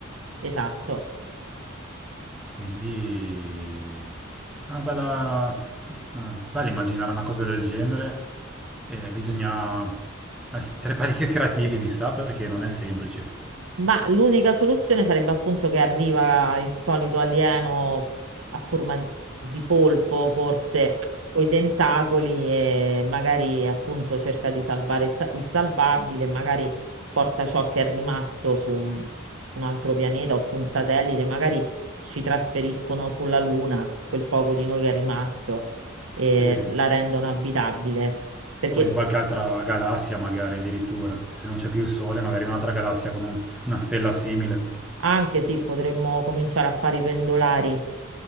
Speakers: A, on the right (about 70°); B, in the centre.
A: esatto.
B: Quindi una bella, una- bello immaginare una cosa del genere. Eh, bisogna essere <laughs> parecchio creativi, mi sa, perché non è semplice.
A: Ma l'unica soluzione sarebbe appunto che arriva il solito alieno a forma di polpo, forse con i tentacoli, e magari appunto cerca di salvare il sa- il salvabile, magari porta ciò che è rimasto su un, un altro pianeta o su un satellite, magari ci trasferiscono sulla Luna, quel poco di noi che è rimasto, e
B: Sì,
A: la rendono abitabile. Perché
B: o in qualche altra galassia magari addirittura. Se non c'è più il Sole, magari in un'altra galassia con un- una stella simile.
A: anche sì, potremmo cominciare a fare i pendolari